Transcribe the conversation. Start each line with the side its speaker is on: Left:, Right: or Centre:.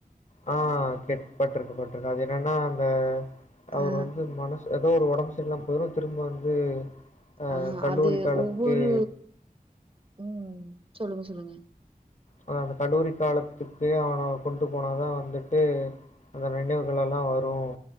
Left: ஆ கேட் பட்டுருக்கே பட்டுருக்கே அது என்னன்னா அந்த அவர்
Right: ஆ
Left: வந்து மனசு எதோ ஒரு ஒடம்பு செரியில்லாம போய்ரு திரும்ப வந்து
Right: ஆஹ
Left: அஹ், கல்லூரி
Right: அது
Left: காலத்துக்கே
Right: ஒவ்வொரு ம் சொல்லுங்க சொல்லுங்க
Left: அ அந்த கல்லூரி காலத்துக்கு அவன கொண்டு போனாதான் வந்துட்டு அந்த நினைவுகள் எல்லாம் வரும்